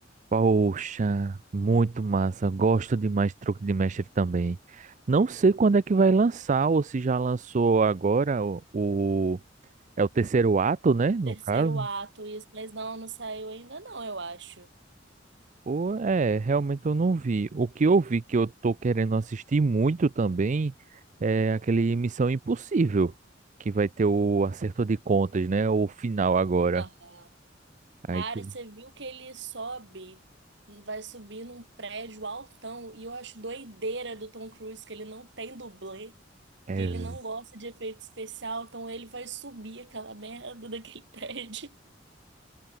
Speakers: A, on the right; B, on the right.
A: Poxa, muito massa. Gosto demais de truque de mestre também. Não sei quando é que vai lançar, ou se já lançou agora o, o- é o terceiro ato, né? No
B: Terceiro
A: caso.
B: ato, isso, mas não, não saiu ainda não, eu acho.
A: Pô, é, realmente eu não vi. O que eu vi que eu tô querendo assistir muito também é aquele Missão Impossível, que vai ter o acerto de contas, né? O final agora.
B: Aham.
A: Aí
B: Cara,
A: que.
B: você viu que ele sobe, vai subir num prédio altão, e eu acho doideira do Tom Cruise que ele não tem dublê,
A: É...
B: que ele
A: z-
B: não gosta de efeito especial, então ele vai subir aquela merda daquele <laughs> prédio.